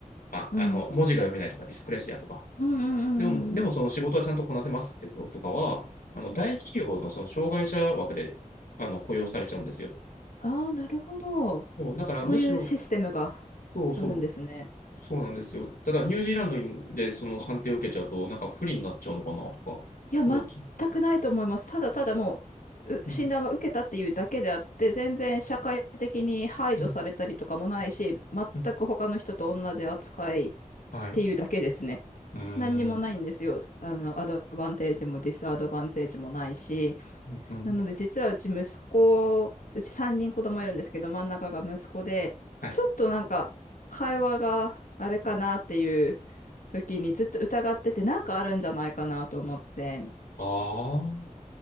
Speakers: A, on the left; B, on the left.
A: まあ、
B: うんうん。
A: あの、文字が読めないとか、ディスクレシアとか。
B: うんうんうん
A: でも、でもその仕事はちゃんとこなせますってこととかは、
B: うんうん。
A: あの、大企業のその障害者枠で、あの、雇用されちゃうんですよ。
B: ああ、なるほど。
A: もうだから、
B: そういうシステムがあるんですね。
A: むしろ、そうそう、そうなんですよ。ただ、ニュージーランドにでその判定を受けちゃうと、なんか不利になっちゃうのかな、とか、
B: いや、全くないと思います。
A: 思っちゃ
B: ただただもう、う診断は受けたっていうだけであって、
A: う。うん、
B: 全然社会的に排除されたりとかもないし、
A: うん、
B: 全く他の人と同じ扱いっ
A: うん。はい。
B: ていうだけですね。
A: うーん、
B: 何にもないんですよ。あの、アドバンテージもディスアドバンテージもないし。
A: うん、うん。
B: なので、実はうち息子、うち3人子供いるんですけど、真ん中が息子で、
A: はい。
B: ちょっとなんか、
A: あ
B: 会話があれかなっていう時にずっと疑ってて、なんかあるんじゃないかなと思って。
A: あ。